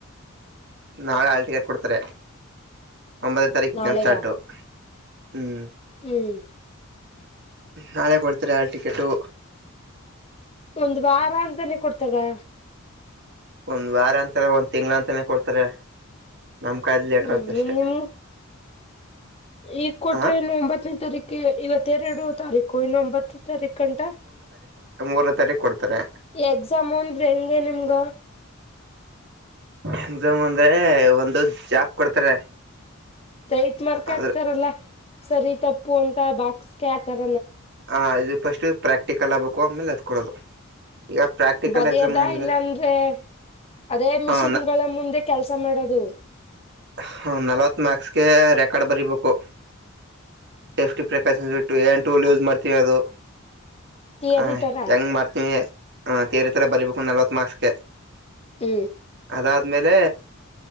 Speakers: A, on the right; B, on the left.
A: ನಾಳೆ ಹಲ್ಟಿಕೆಟ್ ಕೊಡ್ತಾರೆ ಒಂಬತ್ತನೇ ತಾರೀಕ
B: ನಾಳೆಗ
A: ಸ್ಟಾರ್ಟು ಹ್ಮ್
B: ಹ್ಮ್
A: ನಾಳೆ ಕೊಡ್ತೀರ ಆ ಟಿಕೆಟು
B: ಒಂದ್ ವಾರ ಅಂತಾನೆ ಕೊಡ್ತಾರ
A: ಒಂದ್ ವಾರ ಅಂತಲ್ಲ ಒಂದ್ ತಿಂಗ್ಗಳ ಅಂತನೆ ಕೊಡ್ತಾರೆ ನಮ್ ಕಾಲದ ಲೇಟರ್
B: ಹ್ಮ್
A: ಅಂತ ಅಷ್ಟೇ
B: ನೀವು ಈಗ ಕೊಟ್ರೆ
A: ಹ
B: ನ್ನು ಒಂಬತ್ತನೇ ತಾರೀಕ ಇವತ್ತು ಹತ್ತರ ಎರಡು ತಾರೀಕು ಇನ್ನು ಒಂಬತ್ತು ತಾರೀಖು ಕಂಟ
A: ಮೂರನ ತಾರ ಕೊಡ್ತಾರೆ
B: ಎಕ್ಸಾಮ್ ಹೆಂಗೆ ನಿಮ್ಗ
A: ಎಕ್ಸಾಮ್ ಅಂದ್ರೆ ಒಂದು ಜಾಬ್ ಕೊಡ್ತಾರೆ
B: ದೈತ್ ಮಾರ್ಕ
A: ಅದ್ರ
B: ಹಾಕ್ತಾರಲ್ಲ ಸರಿ ತಪ್ಪು ಅಂತ ಬಾಕ್ಸ್ಕ ಆತರ
A: ಹ ಇದು ಫಸ್ಟ್ ಪ್ರಾಕ್ಟಿಕಲ್ ಆಗ್ಬೇಕು ಆಮೇಲೆ ಅದ ಕೊಡೋದು ಈಗ ಪ್ರಾಕ್ಟಿಕಲ್
B: ಬರಿ್ಯದ
A: ಎಕ್ಸಾಮ್ ಅಂದ್ರೆ
B: ಇಲ್ಲಾಂದ್ರೆ ಅದೇ ಮಿಷಿನ್ಗಳ
A: ಹ
B: ಮುಂದೆ ಕೆಲಸ ಮಾಡೋದು
A: ಹ ನಲ್ವತ್ ಮಾರ್ಕ್ಸ್ಗೆ ರೆಕಾರ್ಡ್ ಬರಿಬೇಕು ಸೇಫ್ಟಿ ಪ್ರಿಕಾಷನ್ಸ್ ಬಿಟ್ಟು ಏನ್ ಟೂಲ್ ಯೂಸ್ ಮಾಡ್ತೀವಿ ಅದು
B: ತಿಯರಿ
A: ಹ
B: ತರ
A: ಹೆಂಗ್ ಮಾಡ್ತೀವಿ ಹ ತೇರೆ ತರ ಬರಿಬೇಕು ನಲ್ವತ್ ಮಾರ್ಕ್ಸ್ಗೆ
B: ಹ್ಮ್
A: ಅದಾದ್ಮೇಲೆ